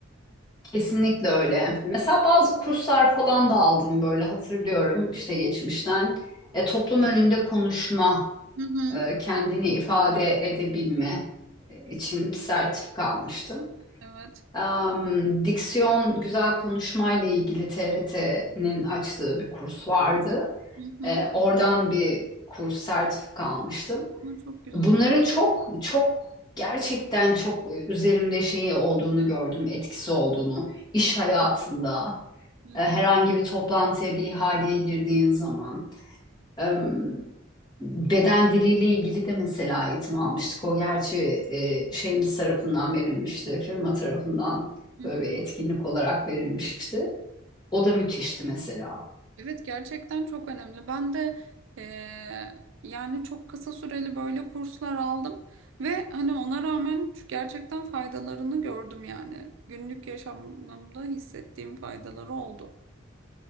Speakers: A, on the left; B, on the right.
A: Kesinlikle öyle. Mesela bazı kurslar falan da aldım böyle hatırlıyorum işte geçmişten. E, toplum önünde konuşma,
B: Hı hı.
A: e, kendini ifade edebilme e, için bir sertifika almıştım.
B: Evet.
A: Am, diksiyon güzel konuşmayla ilgili TRT'nin açtığı bir kurs vardı.
B: Hı hı.
A: E, oradan bir kurs sertifika almıştım.
B: Hı, Çok güzel.
A: Bunların çok çok gerçekten çok e, üzerimde şeyi olduğunu gördüm, etkisi olduğunu iş hayatında.
B: Hı
A: E, herhangi bir toplantıya, bir ihaleye girdiğin zaman. E, beden diliyle ilgili de mesela eğitim almıştık. O gerçi e, şeyimiz tarafından verilmişti, firma tarafından
B: hı.
A: böyle bir etkinlik olarak verilmişti. O da müthişti mesela.
B: Evet gerçekten çok önemli. Ben de eee, yani çok kısa süreli böyle kurslar aldım ve hani ona rağmen şu- gerçekten faydalarını gördüm yani. Günlük yaşamımda hissettiğim faydaları oldu.